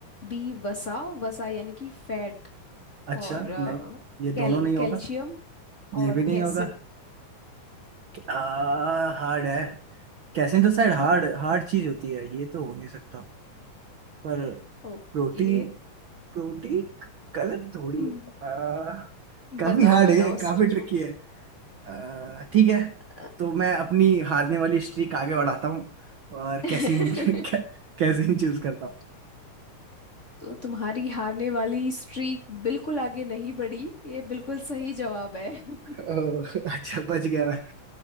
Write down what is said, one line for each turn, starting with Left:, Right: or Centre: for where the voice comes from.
Left: बी वसा वसा यानी कि फैट
Right: अच्छा
Left: और आ,
Right: नहीं ये
Left: कैल
Right: दोनों नहीं
Left: कैल्शियम
Right: होगा ये
Left: और
Right: भी नहीं
Left: कैसिन
Right: होगा क्या हार्ड है कैसे तो शायद
Left: <laughs>
Right: हार्ड हार्ड चीज होती है ये तो हो नहीं सकता पर
Left: ओके
Right: प्रोटीन प्रोटीन कलर थोड़ी
Left: हम्म,
Right: है आ, काफी
Left: बताओ
Right: हार्ड
Left: बताओ
Right: है काफी
Left: सोचो
Right: ट्रिकी है आ, ठीक है
Left: अ,
Right: तो मैं अपनी हारने वाली स्ट्रीक आगे बढ़ाता हूँ और
Left: <laughs>
Right: कैसीन <laughs> कैसीन चूज करता हूँ
Left: तो तुम्हारी हारने वाली स्ट्रीक बिल्कुल आगे नहीं बढ़ी ये बिल्कुल सही जवाब है <laughs>
Right: ओह, अच्छा बच गया मैं